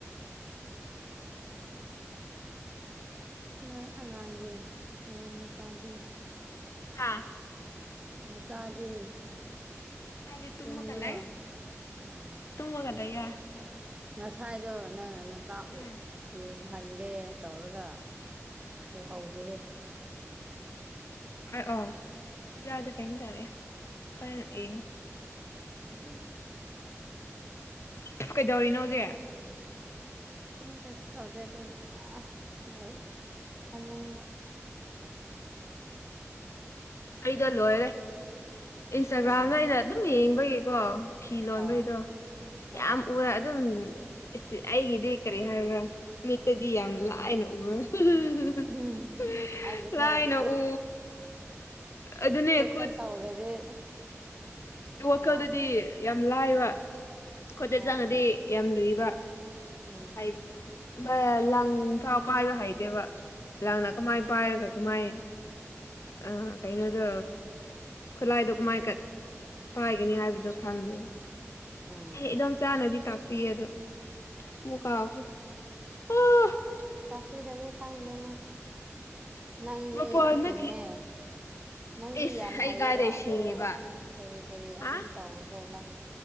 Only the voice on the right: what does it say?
ꯅꯣꯏ ꯑꯉꯥꯡꯗꯤ ꯅꯣꯏ ꯅꯆꯥꯗꯤ
ꯅꯆꯥꯗꯤ
ꯇꯨꯝꯕ꯭ꯔꯣ
ꯑꯣ
ꯉꯁꯥꯏꯗꯣ ꯅꯪ ꯅ ꯅꯆꯥ ꯑꯣ
ꯌꯦꯡꯍꯟꯒꯦ ꯇꯧꯔꯒ ꯎꯍꯧꯗꯦꯍꯦ
ꯎꯝ
ꯀꯩꯁꯨ ꯇꯧꯗꯦ ꯑꯗꯨꯝ ꯂꯩ ꯐꯃꯨꯡꯗ
ꯀꯔꯤ
ꯑꯣ ꯑꯣ
ꯎꯝ
ꯑꯗꯨꯅꯦ
ꯈꯨꯠ
ꯈꯨꯠꯇ
ꯇꯧꯔꯗꯤ
ꯌꯥꯝꯅ
ꯎꯝ
ꯍꯣꯏ
ꯎꯝ
ꯍꯣꯏ
ꯎꯝ
ꯇꯥꯛꯄꯤꯔꯗꯤ ꯈꯪꯅꯤꯅ ꯅꯪꯗꯤ
ꯁꯤꯡꯉꯦ ꯅꯪꯗꯤ
ꯌꯥꯝ
ꯍꯩꯌꯦꯕ
ꯑꯗꯨ
ꯀꯔꯤ ꯀꯔꯤ
ꯑꯗꯨꯝ ꯇꯧꯕꯗꯣ ꯅꯪ